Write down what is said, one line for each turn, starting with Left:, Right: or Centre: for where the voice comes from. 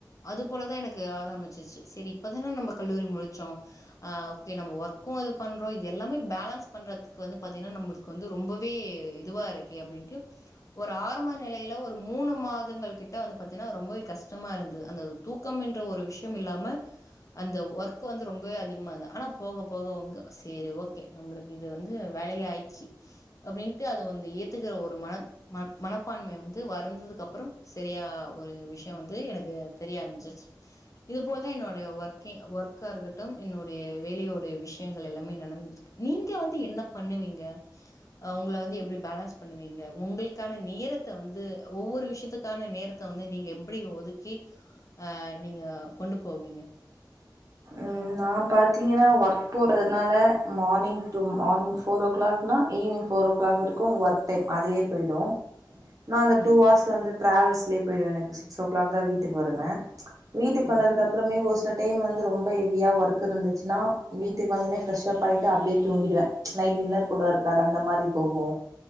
Left: அது போலதா எனக் <unintelligible> ஆக ஆரம்சுருச்சு சரி இப்ப தான நம்ப கல்லூரி முடிச்சோம் ஆ ஓகே ஒர்க்கும் இது பண்றோம் இது எல்லாமே பேலன்ஸ் பண்றதுக்கு வந்து பாத்திங்கன்னா நம்ளுக்கு வந்து ரொம்பவே இதுவா இருக்கே அப்டீன்டு ஒரு ஆரம்ப நிலையில ஒரு மூனு மாதங்கள் கிட்ட ரொம்பவே கஷ்டமா இருந்துது அந்த தூக்கம் என் ஒரு விஷியம் இல்லாம அந்த ஒர்க் வந்து ரொம்பவே அதிகமா இருந்து ஆனா போக போக உங்க சேரி ஓகே நம்மளுக்கு இது வந்து வேலயு ஆயிச்சி அப்படின்ட்டு அத வந்து ஏத்துக்கிற ஒரு மன ம மனப்பான்மை வந்து வறந்ததுக்கு அப்புறோ செரியா ஒரு விஷிய வந்து எனக்கு தெரிய ஆரம்பிச்சுருச்சு இது போல்வே என்னோட ஒர்கே ஒர்க்காருக்கட்டு என்னுடைய வேலையோடைய விஷ்யங்கள் எல்லாமே நடந்துட்டுருக்கு நீங்க வந்து என்ன பண்ணுவீங்க ஆ உங்கள வந்து எப்டி பேலன்ஸ் பண்ணுவீங்க உங்களுக்கான நேரத்த வந்து ஒவ்வொரு விஷியத்துக்கான நேரத்த வந்து நீங்க எப்படி ஒதுக்கி ஆ நீங்க கொண்டு போவீங்க
Right: ம் நான் பாத்தீங்கன்னா ஒர்க் போறதுனால மார்னிங் டு மார்னிங் ஃபோர் ஓ கிளாக்னா ஈவினிங் போஃபோர் ஓ கிளாக் வரைக்கும் ஒர்க் டைம் அதுலயே போய்டும் நா அந்த டூ
Left: ம்.
Right: வார்ஸ் வந்துட் ட்ராவல்ஸ்லே போயிருவ எனக்கு சிக்ஸ் ஓ கிளாக் தா வீட்டுக் வருவே ப்ச் வீட்டுக்
Left: புரியுது.
Right: வந்ததுக்கு அப்பறமே ஒ ஸ்டா டைம் வந்து ரொம் ம்ப ஹெவியா ஒர்க் இருந்துச்சுன்னா வீட்டுக்கு வந்துன்னே ஃபிரஷப் ஆய்ட்டு அப்டியே தூங்கிடுவே நைட் டின்னர் கூட இருக்காது அந்த மாதிரி போகு